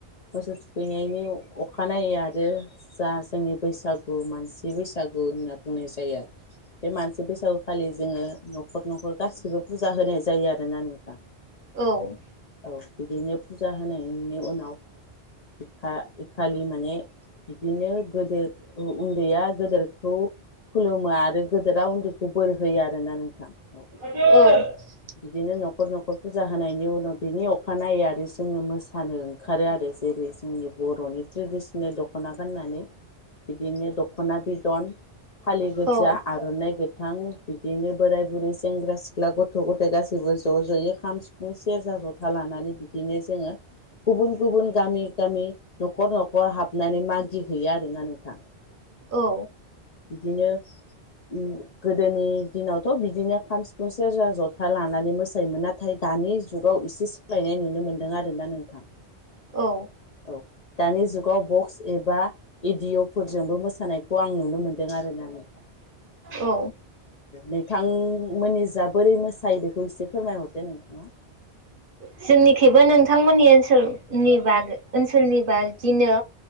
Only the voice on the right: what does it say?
औ
<unintelligible>
औ
औ
औ
औ
जोंनिखैबो नोंथांमोननि ओनसोलनि बाग ओनसोलनि बादिनो